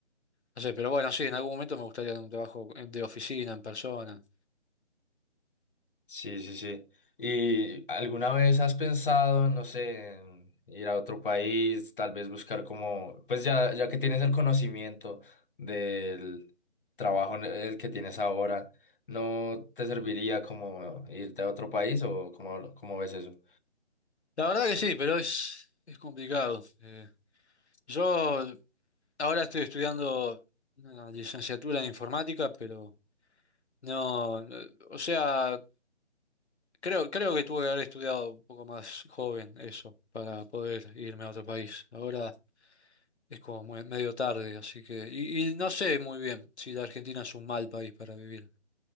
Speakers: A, on the left (about 70°); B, on the left (about 50°).
A: no sé, pero bueno, sí, en algún momento me gustaría un trabajo en- de oficina, en persona.
B: Sí, sí, sí. ¿Y alguna vez has pensado, no sé, en ir a otro país, tal vez buscar como, pues ya, ya que tienes el conocimiento del trabajo en el que tienes ahora, ¿no te serviría como irte a otro país o cómo, lo- cómo ves eso?
A: La verdad que sí, pero es, es complicado. eh. Yo Ahora estoy estudiando una licenciatura en informática, pero no, no, o sea, creo, creo que tuve que haber estudiado un poco más joven eso para poder irme a otro país. Ahora es como muy- medio tarde, así que, y, y no sé muy bien si la Argentina es un mal país para vivir.